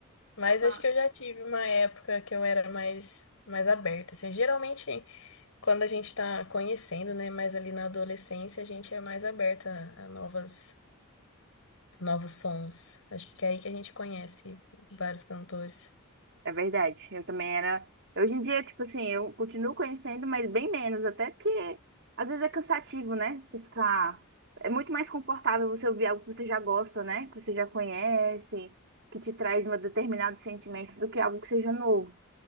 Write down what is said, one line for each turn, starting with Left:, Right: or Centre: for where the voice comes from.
Left: Mas
Right: Tá.
Left: acho que eu já tive uma época que eu era mais, mais aberta. Assim, geralmente. Quando a gente está conhecendo, né, mais ali na adolescência, a gente é mais aberta a novas, novos sons. Acho que é aí que a gente conhece vários cantores.
Right: É verdade. Eu também era. Hoje em dia, tipo assim, eu continuo conhecendo, mas bem menos, até porque às vezes é cansativo, né? Você ficar. É muito mais confortável você ouvir algo que você já gosta, né? Que você já conhece, que te traz um determinado sentimento do que algo que seja novo.